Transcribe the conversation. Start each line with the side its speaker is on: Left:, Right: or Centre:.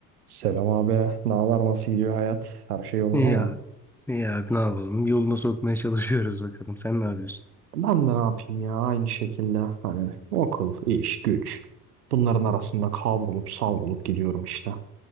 Right: Selam abi. Ne haber? Nasıl gidiyor hayat? Her şey yolunda
Centre: İyi
Right: mı?
Centre: abi. İyi abi ne yapalım? Yoluna sokmaya çalışıyoruz bakalım. Sen ne yapıyorsun?
Right: Ben de ne yapayım ya? Aynı şekilde hani okul, iş, güç. Bunların arasında kavrulup savrulup gidiyorum işte.